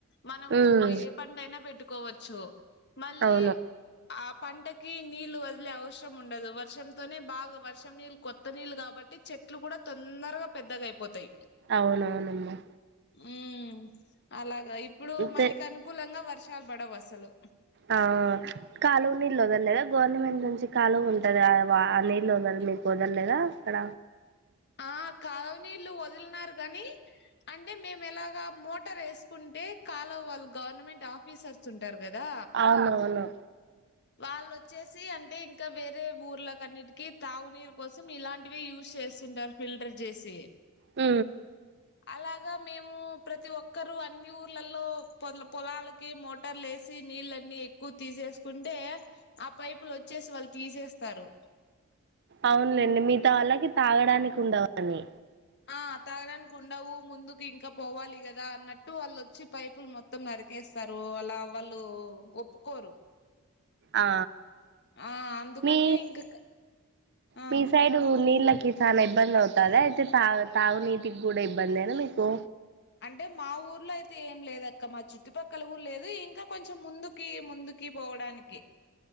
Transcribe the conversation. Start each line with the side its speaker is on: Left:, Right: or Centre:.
Left: మనము
Right: ఉమ్
Left: ఏ పంట అయినా పెట్టుకోవచ్చు మళ్ళీ
Right: అవును
Left: ఆ పంటకి నీళ్ళలు వదిలే అవసరం ఉండదు వర్షంతోనే బాగా వర్షం నీళ్ు కొత్త నీళ్లు కా కాబట్టి చెట్లు కూడా తొందరగా పెద్దగా అయిపోతాయి
Right: అవునవునమ్మ
Left: ఉ అలాగా ఇప్పుడు
Right: అంతే
Left: మనకి అనుకూలంగా వర్షాలు పడవు అసలు
Right: ఆ కాలువ నీళ్ళు వదలేదా గవర్నమెంట్ నుంచి కాలువ ఉంటది ఆ ఆ నీళ్ు వల మీకు కుదరలేదా అక్కడ
Left: ఆ కాలువనీీళ్లు వదిలిన కాగాని అంటే మేము ఎలాగా మోటార్ వేసుకుంటే అంటే కాల వాళ్ళు గవర్నమెంట్ ఆఫీసర్స్ ఉంటారు కదా
Right: అవునవును
Left: వాళ్ళుొచ్చేసి అంటే ఇంకా వేరే ఊర్లకన్నిటికిీ తాగునీరు కోసం ఇలాంటివిే యూస్ చేస్తుంటారు ఫిల్టర్ చేసి
Right: ఉ
Left: అలాగా మేము ప్రతి ఒక్కరు అన్ని ఊర్లలో పొ పొలాలకి మోటార్లు వేసి నీ నీళ్ళన్నీ ఎక్కువ తీసేసుకుంటే ఆ పైపులు వచ్చేసి వాళ్ళు తీసేస్తారు
Right: అవునులేండి మిగతా వాళ్ళకి తాగడానికి ఉండవని
Left: ఆ తాగడానికి ఉండవు ముందుకు ఇంకా పోవాలి కదా అన్నట్టు వాళ్ళుొచ్చి పైపులు మొత్తం నరికియి ేస్తారు అలా వాళ్ళు ఒప్పుకోరు
Right: ఆ
Left: ఆ అందుకని
Right: మీ
Left: ఇంక ఆ
Right: మీ సైడ్ నీళ్ చాలా ఇబ్బంది అవుతందిా అయితే తా తాగునీీటికి కూడా ఇబ్బందిేనా మీకు
Left: అంటే మా ఊర్లో అయితే ఏం లేదు అక్క మా చుట్టుపక్కల కూడా లేదు ఇంకా కొంచెం ముందుకి ముందుకి పోవడానికి